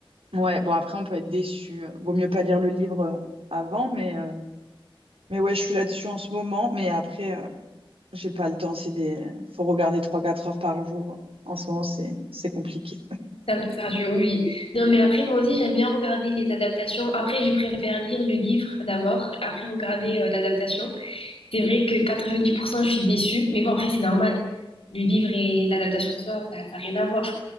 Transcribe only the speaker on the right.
Ouais, bon, après, on peut être déçu. Vaut mieux pas lire le livre euh, avant, mais, euh, mais ouais, je suis là-dessus en ce moment. Mais après. euh, J'ai pas le temps, c'est des... faut regarder trois quatre heures par jour. En ce moment, c'est c'est compliqué.